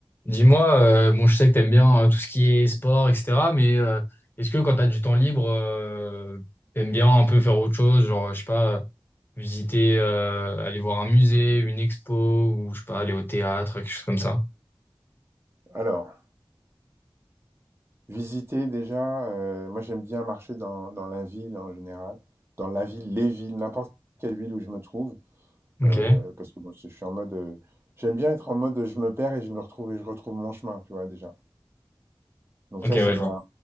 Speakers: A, on the left; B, on the right.
A: Dis-moi, euh, bon, je sais que t'aimes bien euh, tout ce qui est sport, etc. Mais euh, est-ce que quand t'as du temps libre, euh, t'aimes bien un peu faire autre chose, genre, je sais pas, visiter, euh, aller voir un musée, une expo, ou je sais pas, aller au théâtre, quelque chose comme ça.
B: Alors, visiter déjà, euh, moi j'aime bien marcher dans, dans la ville en général, dans la ville, les villes, n'importe quelle ville où je me trouve,
A: Ok.
B: euh, parce que bon, je suis en mode, euh, j'aime bien être en mode euh, je me perds et je me retrouve et je retrouve mon chemin, tu vois déjà. Donc
A: Ok,
B: ça
A: ouais,
B: c'est dans
A: je vois.
B: un,